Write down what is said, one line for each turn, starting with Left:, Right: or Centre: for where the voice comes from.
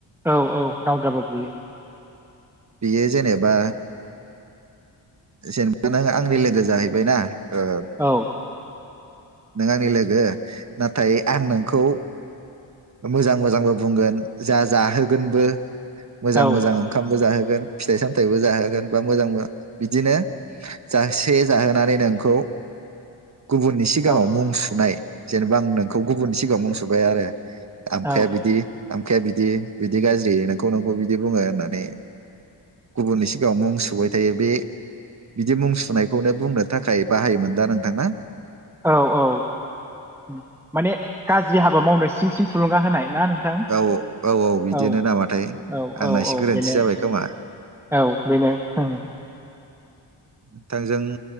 Centre: औ औ नावद्राबो बुयो।
Right: बियो जेनेबा जेनेबा नों आंनि लोगो जाहैबाय ना ओ
Centre: औ
Right: नों आंनि लोगो नाथाय आं नोंखौ मोजां मोजांबो बुंगोन जा जाहोगोनबो मोजां
Centre: औ
Right: मोजां ओंखामबो जाहो गोन फिथाइ सामथायबो जाहोगोन बा मोजांबो बिदिनो जासे जाहोनानै नोंखौ गुबुननि सिगाङाव
Centre: औ
Right: मुं सुनाय जेनेबा आं नोंखौ गुबुननि सिगाङाव मुं सुबाय आरो आमखाया
Centre: औ
Right: बिदि आमखाया बिदि बिदि गाज्रि नोंखौ नोंखौ बिदि बुङो होननानै। गुबुननि सिगाङाव मुं सुबाय थायो। बे बिदि मुं सुनायखौनो बुंनो थाखाय बाहायोमोन दा नोंथां ना?
Centre: औ औ उम माने गा ज्रि हाबा मावनो सिं सिं थुलुंगा होनाय। ना नोंथां
Right: औ औ बिदिनो
Centre: औ
Right: नामाथाय
Centre: औ
Right: आंना
Centre: औ
Right: एसे
Centre: औ
Right: गोरोन्थि
Centre: बेनो
Right: जाबाय खोमा
Centre: औ बेनो औ।
Right: नोंथांजों